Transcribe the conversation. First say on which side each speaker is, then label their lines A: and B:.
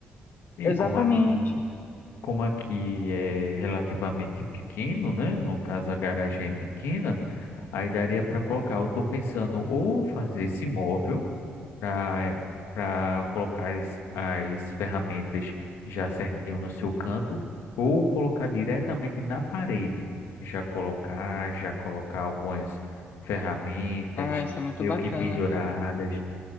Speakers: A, on the left; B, on the left.
A: E
B: Exatamente.
A: como aqui, como aqui é relativamente pequeno, né? No caso a garagem é pequena, aí daria para colocar. Eu estou pensando ou fazer esse móvel para para colocar as, as ferramentas já certinho no seu canto ou colocar diretamente na parede. Já colocar, já colocar algumas ferramentas
B: Ah, isso é muito
A: meio
B: bacana,
A: que penduradas.
B: cara.